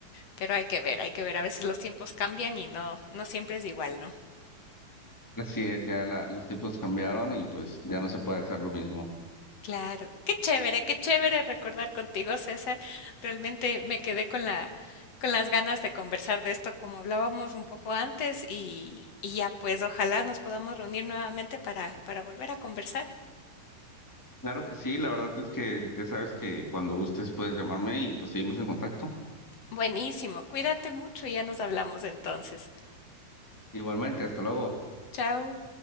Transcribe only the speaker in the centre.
Así es, ya la- los tiempos cambiaron y pues ya no se puede hacer lo mismo.
Claro que sí, la verdad es que ya sabes que cuando gustes puedes llamarme y pues seguimos en contacto.
Igualmente, hasta luego.